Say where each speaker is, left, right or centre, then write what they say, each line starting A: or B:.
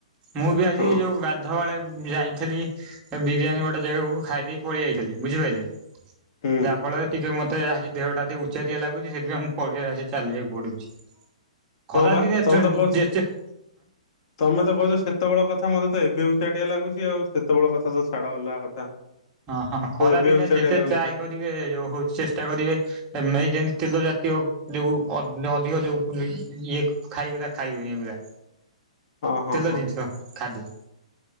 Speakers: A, on the right (about 25°); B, on the left (about 50°).
A: ମୁଁ ବି ଆଜି
B: ହଁ
A: ଯୋଉ ଗା ଏଧ ବଳେ ଯାଇଥିଲି ବିରିୟାନୀ ଗୋଟେ ଜାଗାକୁ ଖାଇ ଦେଇ ପଳେଇ ଯାଇଥିଲି ବୁଝିପାଇଲେ।
B: ହୁଁ
A: ଯାହା ଫଳରେ ଟିକେ ମତେ ଆଜି ଦେହ ଟା ଟିକେ ଉ ଚରିଆ ଲାଗୁଚି ସେଥିପାଇଁ ଆମ ପଡ଼ିଆ ଆସି ଚାଲିବାକୁ ପଡ଼ୁଚି
B: ହଁ
A: ଖରାଦିନେ
B: ବା ତମେ
A: ଚେନ୍‌
B: ତ କହୁଛ
A: ଏଚେକ୍
B: ତମେ ତ କହୁଛ ସେତେବେଳ କଥା ମତେ ତ ଏବେ ଉଚାଟିଆ ଲାଗୁଛି ଆଉ ସେତେବେଳେ କଥା ତ ଛାଡ଼ ଅଲଗା କଥା।
A: ହଁ ହଁ ଖରାଦିନେ
B: ଏବେ ଉଚାଟିଆ
A: ଯେତେ
B: ଲାଗୁଛି
A: ଚାଏ କରିବେ ଯୋଉ ହଉଛି ଚେଷ୍ଟା କରିବେ। ଏଇ ଯେମତି ତେଲ ଜାତୀୟ ଯୋଉ ଅଧିକ ଯୋଉ ଇଏ ଖାଇବେ ତା ଖାଇବେନି ପୁରା।
B: ହଁ ହଁ
A: ତେଲ
B: ହଁ
A: ଜିନିଷ ଖାଦ୍ୟ।